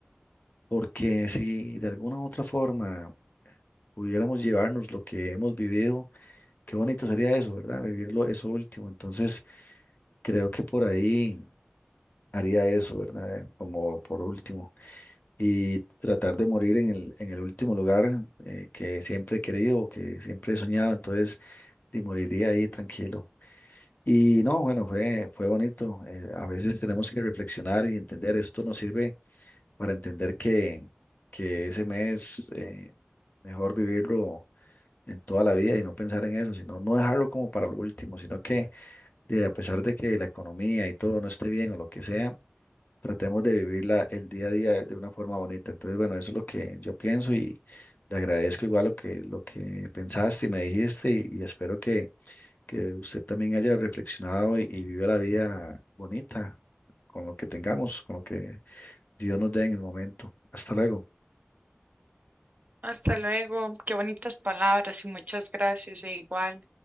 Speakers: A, on the left; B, on the right.
A: porque si de alguna u otra forma pudiéramos llevarnos lo que hemos vivido, qué bonito sería eso, ¿verdad? Vivirlo, eso último. Entonces, creo que por ahí haría eso, ¿verdad? Como por último. y tratar de morir en el, en el último lugar eh, que siempre he querido o que siempre he soñado, entonces y moriría ahí tranquilo. Y no, bueno, fue, fue bonito. eh, a veces tenemos que reflexionar y entender, esto nos sirve para entender que, que ese mes eh, mejor vivirlo en toda la vida y no pensar en eso, sino no dejarlo como para lo último, sino que de, a pesar de que la economía y todo no esté bien o lo que sea, Tratemos de vivirla el día a día de una forma bonita. Entonces, bueno, eso es lo que yo pienso y le agradezco igual lo que, lo que pensaste y me dijiste y, y espero que, que usted también haya reflexionado y, y viva la vida bonita con lo que tengamos, con lo que Dios nos dé en el momento. Hasta luego.
B: Hasta luego. Qué bonitas palabras y muchas gracias e igual.